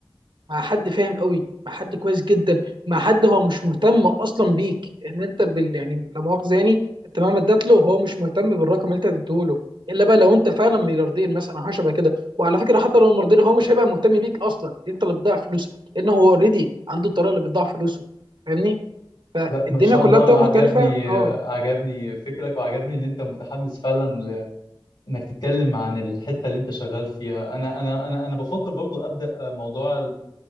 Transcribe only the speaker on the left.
لا ما شاء
الله
عجبني
آه، عجبني فكرك وعجبني ان انت متحمس فعلا ل- انك تتكلم عن الحته اللي انت شغال فيها انا انا انا انا بفكر برضو ابدا آه، موضوع